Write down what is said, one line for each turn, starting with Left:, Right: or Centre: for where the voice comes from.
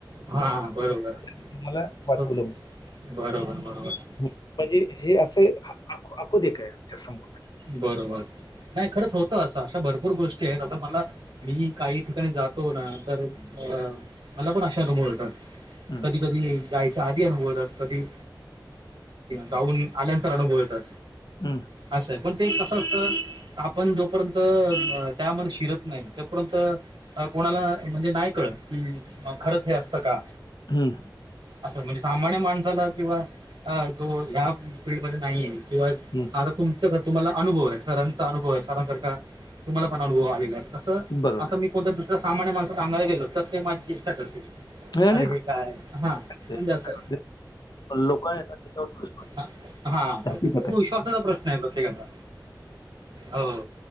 Right: हा बरोबर.
Left: तुम्हाला वाचवलं.
Right: ओके बरोबर - बरोबर.
Left: हं. म्हणजे हे असंय, आंखो देखा आमच्यासमोर.
Right: बरोबर, नाही खरंच होत असं अशा भरपूर गोष्टी आहेत आता मला मी काही ठिकाणी जातो ना तर, अ मला पण अशा अनुभव येतात.
Left: हम.
Right: कधी जायच्या आधी अनुभव येतात, कधी जाऊन आल्यानंतर अनुभव येतात.
Left: हम.
Right: असं आहे पण ते कसं असतं आपण जोपर्यंत त्यामध्ये शिरत नाही. तोपर्यंत कोणाला म्हणजे नाही कळत की खरंच हे असतं का?
Left: हम्म.
Right: असं म्हणजे सामान्य माणसाला किंवा जो ह्या फिल्डमध्ये नाहीये किंवा
Left: हम्म.
Right: आता तुमच का तुम्हाला अनुभव आय सरांचा अनुभव आय सरांसारखा तुम्हाला पण अनुभव आलेला आय. तसं
Left: बरोबर
Right: आता
Left: आहे.
Right: मी कोणत्या दुसऱ्या सामान्य माणसं सांगायला गेलो तर ते माझी चेष्टा करतील.
Left: नाही
Right: अरे
Left: नाही
Right: हे काय हा
Left: ते
Right: म्हणजे असं
Left: ते लोकं आहे ना, त्याच्यावर विश्वास
Right: आय. हा
Left: ठेवतात.
Right: प्रत्येक
Left: हकीकत आहे.
Right: विश्वासाचा प्रश्न आय प्रत्येकता हो.